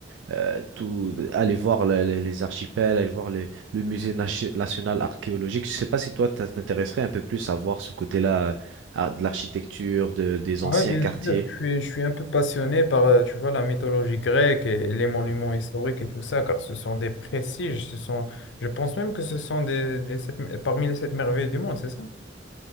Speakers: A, on the right; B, on the left.
A: euh, tout, aller voir les, les- les archipels, aller voir les- le musée nation- national archéologique. Je sais pas si toi, ça t'intéresserait un peu plus à voir ce côté-là, euh, à- de l'architecture, de- des
B: Oui,
A: anciens
B: bien
A: quartiers.
B: sûr, je suis, je suis un peu passionné par, euh, tu vois, la mythologie grecque et les monuments historiques et tout ça, car ce sont des prestiges, ce sont, je pense même que ce sont des, des sept- parmi les sept merveilles du monde, c'est ça?